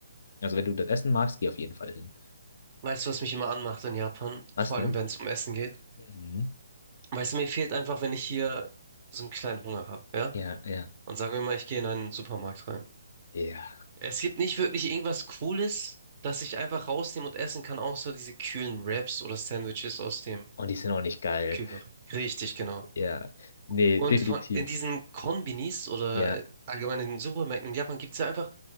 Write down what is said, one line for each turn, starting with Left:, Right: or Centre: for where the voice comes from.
Left: Also wenn du das Essen magst, geh auf jeden Fall hin.
Right: Weißt du, was mich immer anmacht in Japan?
Left: Was
Right: Vor
Left: denn?
Right: allem, wenn es um Essen geht.
Left: Mhm.
Right: Weißt du, mir fehlt einfach, wenn ich hier so einen kleinen Hunger habe, ja?
Left: Ja, ja,
Right: Und sagen wir mal, ich gehe in einen Supermarkt rein.
Left: ja.
Right: Es gibt nicht wirklich irgendwas Cooles, das ich einfach rausnehmen und essen kann, außer diese kühlen Wraps oder Sandwiches aus dem
Left: Und die sind auch nicht geil.
Right: Kühlbereich. Richtig, genau.
Left: Ja, nee,
Right: Und
Left: definitiv.
Right: von, in diesen Konbinis oder
Left: Ja,
Right: äh, allgemein in den Supermärkten in Japan gibt es ja einfach